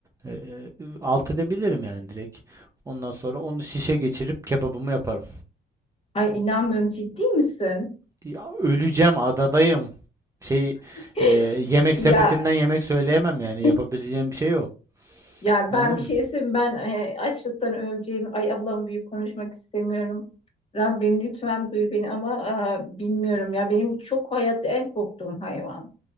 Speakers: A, on the right; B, on the left.
A: e, e, alt edebilirim yani direkt. Ondan sonra onu şişe geçirip kebabımı yaparım.
B: Ay inanmıyorum ciddi misin?
A: Ya, öleceğim adadayım. Şey
B: <laughs>
A: e, yemek sepetinden
B: Ya
A: yemek söyleyemem yani yapabileceğim
B: <laughs>
A: bir şey yok.
B: Yani
A: Anladın
B: ben bir
A: mı?
B: şey söyleyeyim. Ben e, açlıktan öleceğim. Ay Allah'ım büyük konuşmak istemiyorum. Rabbim lütfen duy beni ama e, bilmiyorum ya. Benim çok hayatta en korktuğum hayvan